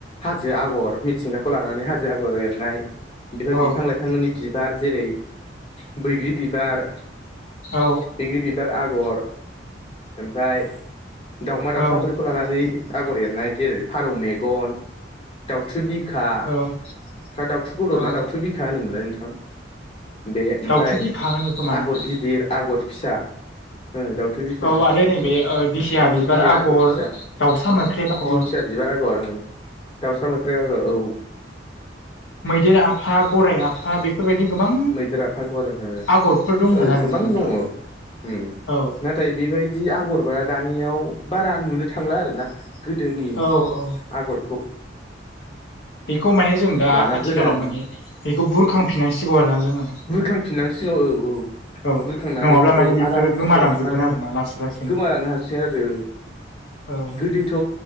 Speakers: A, on the left (about 30°); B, on the left (about 75°).
A: हाजो आगर मिथिंगाखौ लानानै हाजो आगर एर बेफोर
B: औ
A: बिफां लाइफांनि बिबार जेरै बैग्रि बिबार
B: औ
A: बैग्रि बिबार आगर ओमफ्राय दाउमा दाउसाफोर
B: औ
A: खौ लानानै आगर एरनाय जेरै फारौ मेगन दाउथु बिखा
B: औ
A: फ्रा दाउथु खर'
B: औ
A: ना दाउथु बिखा होनोमोनलाय नोंथां बे ओमफ्राय
B: दाउथु बिखा होनो खोमा नोंथां
A: आगर गिदिर आगर फिसा ओ दाउथुब बिखा
B: औ आरो नैबे ओ दिंखिया
A: आगर
B: बिबार
A: गिदिर आगर फिसा
B: दाउसा मोख्रेब आगर
A: दिंखिया बिबार आगर ओं दाउसा मोख्रेब आगर औ
B: मैदेर आफा गराइ आफा बे बेफोरबायदि गोबां
A: मैदेर आफा आगर ओ
B: आगरफोर दंमोन
A: ओ
B: आरोना
A: गोबां
B: नोंथां
A: दङ उम
B: औ
A: नाथाय बेबायदि आगरबा दानियाव बारा नुनो थांला आरोना गोदोनि
B: औ औ
A: आगरखौ
B: बेखौ माने जों दा
A: दाना
B: आथिखालाव
A: गोदान
B: माने बेखौ बुरखांफिननांसिगौ आरो ना जोङो।
A: बुरखांफिनांसिगौ औ औ
B: औ
A: बुरखांनानै
B: नङाब्ला
A: बेखौ
B: माने बेफोरो
A: आरामसे
B: गोमालांजोबगोन
A: मा
B: आरोना लासै लासैनो
A: गोमालांनो हासि आरो।
B: औ
A: गोदोथ'